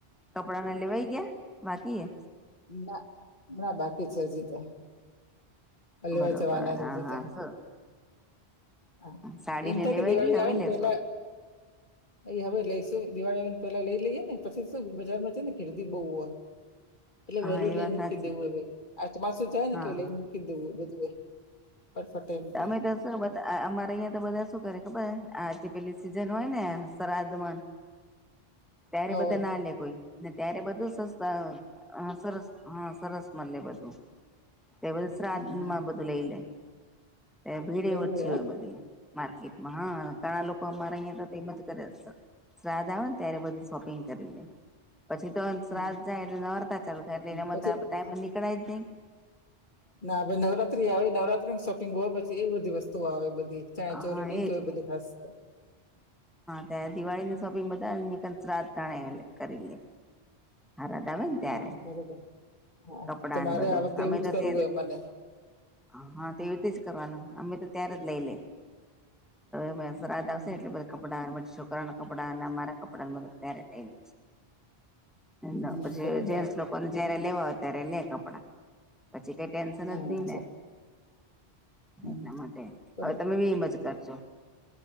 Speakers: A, in the centre; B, on the left.
A: કપડાને લેવાય ગયા બાકી હે?
B: ના ના બાકી છે હજી તો. આ લેવા
A: બરોબર
B: જવાના રે
A: હા
B: હજી
A: હા
B: તો
A: શું
B: હા
A: સાડીને
B: એમ થાય
A: લેવાઈ
B: કે દીવાળી
A: ગઈ
B: આવે
A: હવે
B: ને
A: લેશો
B: પેલા એ હવે લઈશું દિવાળી આવેને પેલા લઈ લઈએે ને પછી શું બજારમાં છે ને ગીરદી બહુ હોય. એટલે
A: હા
B: વેલુ
A: એ
B: લઈને
A: વાત
B: મુકી
A: સાચી
B: દેવું અવે. આ ચમાસું જાય ને
A: હા
B: એટલે લઈન મૂકી દેવું હવે બધું એ. ફટફટ એમ
A: તમે
B: કે
A: તો અ અમારે અહિયાં તો બધા શું કરે ખબર હે. આ જે પેલી સિઝન હોય ને શ્રાધમાં
B: <inaudible>
A: ત્યારે
B: હોય
A: બધા ના લે કોઈ, ને ત્યારે બધું સસ્તાં અ સરસ અ સરસ મલે બધું. તે બધું શ્રાદ્ધમાં
B: હમ હમ
A: બધું લઈલે. ભીડ એ
B: એવું
A: ઓછી હોય
B: એમ
A: બધી માર્કેટમાં. હા ઘણા લોકો અમારે અહીયા તો કિંમત કરે અસલ. શ્રાદ્ધ આવે ને ત્યારે બધું શોપીંગ કરી લે, પછી તો
B: હમ
A: શ્રાધ જાય એટલે નોરતા ચાલ <unintelligible> ટાઈમ
B: પછી હા.
A: પર નીકળાય જ નહીં.
B: ના ભઈ, નવરાત્રી આવે નવરાત્રીની શોપિંગ હોય પછી એ બધી વસ્તુઓ આવે બધી. ચણીયાચોરી
A: હા
B: ની જ
A: એજ
B: જોય બધી ખાસ તો.
A: ત્યાં દિવાળીની શોપિંગ બધા શ્રાધ ટાણે કરીલે હાર લાવે ને ત્યારે
B: હા બરોબર હા
A: કપડાને
B: તમારે
A: બધું
B: આ વખતે
A: અમે
B: એવું
A: તો
B: કરવું
A: તે જ
B: એ મને
A: હા હા તે એવીતે જ કરવાનુ અમે તો અત્યારે જ લઈ લે હવે શ્રાધ
B: હમ
A: આવશે એટલે બધાં <unintelligible> છોકરા ના કપડાં અને અમારા કપડા બધા ત્યારે લઈ લે. એ
B: હમ
A: પછી
B: બરોબર
A: જેન્સ લોકોને જયારે લેવા હોય ત્યારે લે કપડા. પછી કઈ ટેન્શન
B: અચ્છા
A: જ નહી ને
B: હમ
A: એટલા માટે.
B: બરોબર
A: હવે તમે બી એમજ કરજો.